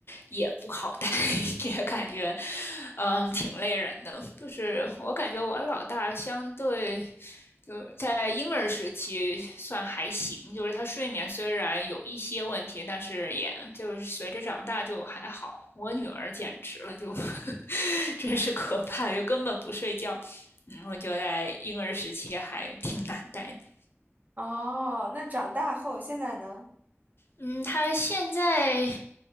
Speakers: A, on the left (about 55°); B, on the right (about 35°).
A: 也不好带，<laughs> 也感觉，嗯，挺累人的。就是我感觉我老大相对就是在婴儿时期算还行，就是他睡眠虽然有一些问题，但是也就是随着长大就还好。我女儿简直了，就 <laughs> 真是可怕，就根本不睡觉。嗯，我觉得在婴儿时期还挺难带的。
B: 哦，那长大后现在呢？
A: 嗯，他现在